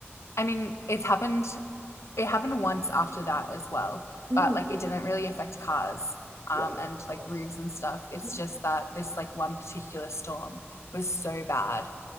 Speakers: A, on the left; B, on the right.
A: I mean it's happened it happened once after that as well,
B: Mm.
A: but like it didn't really affect cars um
B: Wow.
A: and like
B: Oh.
A: roofs and stuff. It's
B: hmm
A: just that this like one particular storm was so bad